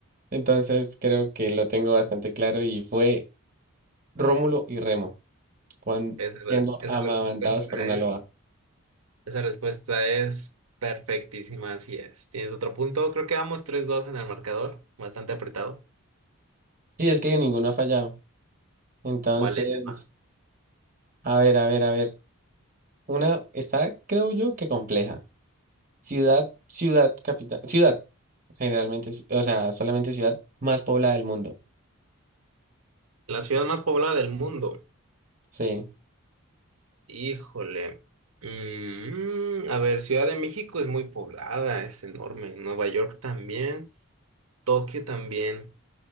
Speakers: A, on the right (about 40°); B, on the right (about 70°).
A: Entonces creo que lo tengo bastante claro y fue... Rómulo y Remo, cuando
B: Esa, re-
A: siendo
B: esa
A: amamantados
B: respuesta
A: por una
B: es,
A: loba.
B: esa respuesta es perfectísima, así es. ¿Tienes otro punto? Creo que vamos tres dos en el marcador, bastante apretado.
A: Sí, es que ninguno ha fallado. Entonces,
B: Vale, te va.
A: a ver, a ver, a ver. Una está, creo yo, que compleja. Ciudad, ciudad, capital, ciudad, generalmente, o sea, solamente ciudad más poblada del mundo.
B: La ciudad más poblada del mundo.
A: Sí.
B: Híjole. Mm, a ver, Ciudad de México es muy poblada, es enorme. Nueva York también, Tokio también.